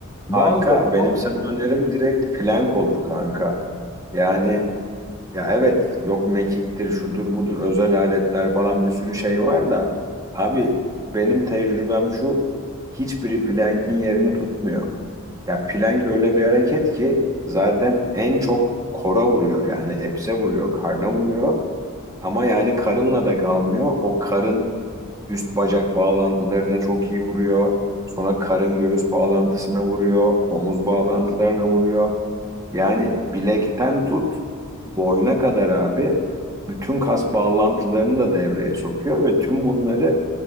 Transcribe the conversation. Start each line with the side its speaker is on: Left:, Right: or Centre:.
Left: Bazıları
Right: Kanka
Left: da
Right: benim
Left: alt...
Right: sana önerim direkt plank olur kanka. Yani ya evet yok mekiktir şudur budur özel aletler falan bir sürü şey var da abi benim tecrübem şu hiçbiri plank'in yerini tutmuyor. Ya plank öyle bir hareket ki zaten en çok kora vuruyor yani epse vuruyor karna vuruyor ama yani karınla da kalmıyor o karın üst bacak bağlantılarına çok iyi vuruyor. Sonra karın göğüs bağlantısına vuruyor. Omuz bağlantılarına vuruyor. Yani bilekten tut boyuna kadar abi bütün kas bağlantılarını da devreye sokuyor ve tüm bunları